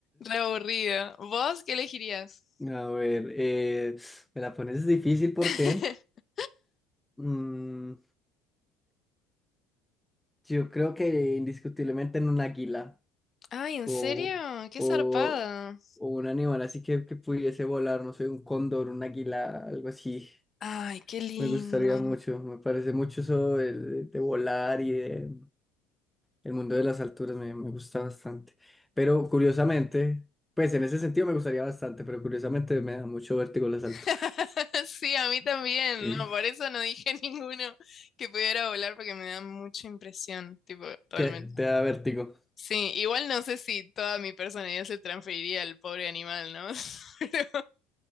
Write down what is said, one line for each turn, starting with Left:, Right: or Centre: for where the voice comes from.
Left: Ah, re aburrido. ¿Vos qué elegirías?
Centre: ver, eh, me la pones difícil porque
Left: <laughs>
Centre: mm, yo creo que indiscutiblemente en un águila
Left: Ay, ¿en
Centre: o,
Left: serio? Qué
Centre: o,
Left: zarpada.
Centre: o un animal así que, que pudiese volar, no sé, un cóndor, un águila, algo así.
Left: Ay, qué lindo.
Centre: Me gustaría mucho, me parece mucho eso de, de- de volar y de, El mundo de las alturas me, me gusta bastante. Pero curiosamente, pues en ese sentido me gustaría bastante, pero curiosamente me da mucho vértigo las
Left: <laughs>
Centre: alturas. <laughs>
Left: Sí, a mí también,
Centre: Sí.
Left: no, por eso no dije <laughs> ninguno que pudiera volar porque me da mucha impresión, tipo, realmente.
Centre: Te, te da vértigo.
Left: Sí, igual no sé si toda mi personalidad se transferiría al pobre animal, ¿no? <laughs> Pero,